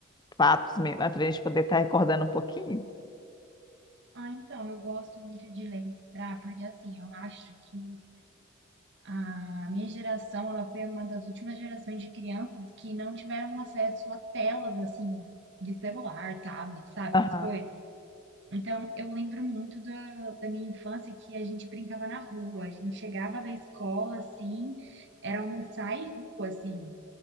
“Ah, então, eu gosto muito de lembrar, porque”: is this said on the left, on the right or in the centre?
Right